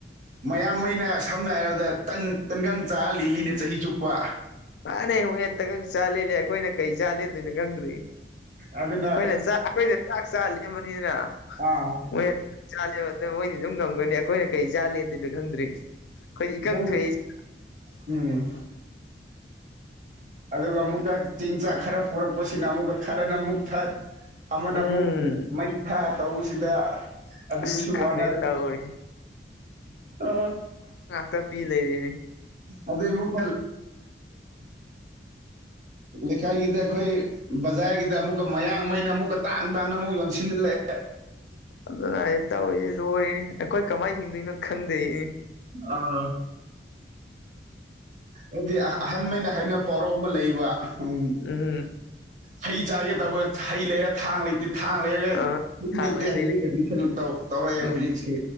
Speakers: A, on the right; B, on the left.
A: ꯃꯌꯥꯡꯃꯩꯅ ꯁꯝꯅ ꯍꯥꯏꯔꯕꯗꯟ ꯇꯟꯒꯪ ꯆꯥ ꯂꯤꯜꯂꯤꯅꯦ ꯆꯍꯤ ꯆꯨꯞꯄ
B: ꯃꯥꯥꯟꯅꯦ ꯍꯨ ꯍꯦꯠꯇꯒꯛ ꯆꯥꯂꯂꯦ ꯑꯩꯈꯣꯏꯅ ꯀꯩ ꯆꯥꯂꯦꯗꯣꯏꯣ ꯈꯪꯗ꯭ꯔꯤ ꯑꯩꯈꯣꯏꯅ
A: ꯑꯗꯨꯅ
B: ꯆꯥꯛ ꯑꯩꯈꯣꯏꯅ ꯆꯥꯛ ꯆꯥ ꯂꯦꯝꯕꯅꯤꯗꯅ
A: ꯑꯥ
B: ꯃꯣꯏꯅ ꯆꯥꯂꯦꯕ ꯑꯗ ꯃꯣꯏꯗꯤ ꯑꯗꯨꯝ ꯉꯝꯒꯅꯤ ꯑꯩꯈꯣꯏꯅ ꯀꯩ ꯆꯥꯂꯦꯅ ꯑꯗꯨꯅꯣ ꯈꯪꯗ꯭ꯔꯤ ꯑꯩꯈꯣꯏꯗꯤ ꯏꯀꯪ
A: ꯍꯣꯏ
B: ꯊꯣꯛꯏ
A: ꯎꯝ ꯑꯗꯨꯒ ꯑꯃꯨꯛꯀ ꯆꯦꯡ ꯆꯥꯛ ꯈꯔ ꯄꯨꯔꯛꯄꯁꯤꯅ ꯑꯃꯨꯛꯀ ꯈꯔꯅ ꯃꯨꯛ ꯊꯠ ꯑꯃꯅ
B: ꯎꯝ
A: ꯑꯃꯨꯛ ꯃꯩ ꯊꯥ ꯇꯧꯁꯤꯗ ꯑꯗꯨꯅꯁꯨ
B: ꯑꯁ ꯈꯪꯗꯦ
A: ꯋꯥꯅꯔꯦ
B: ꯇꯧꯔꯤꯁꯦ
A: ꯑ
B: ꯇ ꯄꯤ ꯂꯩꯔꯦ
A: ꯑꯗꯨꯗꯩ ꯑꯃꯨꯛꯀ ꯂꯩꯀꯥꯏꯒꯤꯗ ꯑꯩꯈꯣꯏ ꯕꯖꯥꯔꯒꯤꯗ ꯑꯃꯨꯛꯀ ꯃꯌꯥꯡꯃꯩꯅ ꯑꯃꯨꯛꯀ ꯇꯥꯡ ꯇꯥꯡꯅ ꯑꯃꯨꯛ ꯌꯣꯟꯁꯤꯟꯖꯜꯂꯛꯑꯦ
B: ꯑꯗꯨꯅ ꯍꯥꯏꯁꯦ ꯇꯧꯔꯤꯁꯦ ꯂꯣꯏꯔ‌ꯦ ꯑꯩꯈꯣꯏ ꯀꯃꯥꯏꯅ ꯍꯤꯡꯗꯣꯏꯅꯣ ꯈꯪꯗ‌ꯦ
A: ꯑꯥ ꯍꯥꯏꯗꯤ ꯑ ꯑꯍꯟꯃꯩꯅ ꯍꯥꯏꯅꯕ ꯄꯥꯎꯔꯥꯎ ꯑꯃ ꯂꯩꯕ ꯎꯝ
B: ꯎꯝ
A: ꯍꯩ ꯆꯥꯒꯦ ꯇꯧꯋꯦ ꯍꯩ ꯂꯩꯔ ꯊꯥꯡ ꯂꯩ ꯊꯥꯡ ꯂꯩꯔꯒ
B: ꯑ ꯈꯥꯡꯂꯦ
A: ꯂꯩꯇꯦ ꯍꯥꯏꯕꯒꯤ ꯀꯟꯗꯤꯁꯟ ꯇꯧ ꯇꯧꯔꯛꯑꯦꯕ
B: ꯎꯝ
A: ꯍꯧꯖꯤꯛꯁꯦ